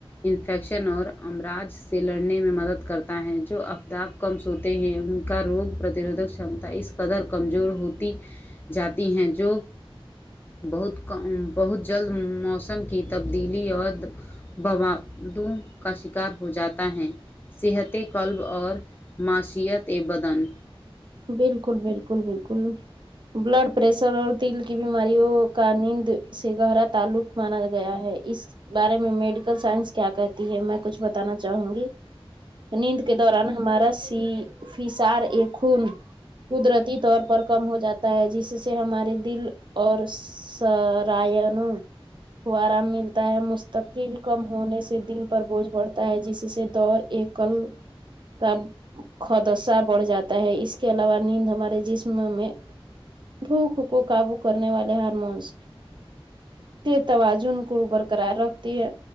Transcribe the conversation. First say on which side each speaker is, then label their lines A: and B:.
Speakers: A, on the left; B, on the right.
A: انفیکشن اور امراج سے لڑنے میں مدد کرتا ہے جو افدب کم سوتے ہیں ان کا روگ پرتروھک چمتا اس قدر کمزور ہوتی جاتی ہیں جو بہت کم بہت جلد موسم کی تبدیلی اور بوادوں کا شکار ہو جاتا ہے صحت قلب اور معاشیت بدن
B: بلکل بلکل بلکل بلڈ پریشر اور دل کی بیماریوں کا نند سے گہرا تعلق مانا گیا ہے اس بارے میں میڈیکل سائنس کیا کہتی ہے میں کچھ بتانا چاہوں گی نیند کے دوران ہمارا سی فسار ایک خون قدرتی طور پر کم ہو جاتا ہے جس سے ہمارے دل اور سرائن کو آرام ملتا ہے مستقل کم ہونے سے دل پر بوجھ پڑھتا ہے جس سے دور ایک کل کا خدشہ بڑھ جاتا ہے اس اس کے علاوہ نیند ہمارے جسم میں بھوک کو قابو کرنے والے ہارمونس کے توازن کو برقرار رکھتی ہے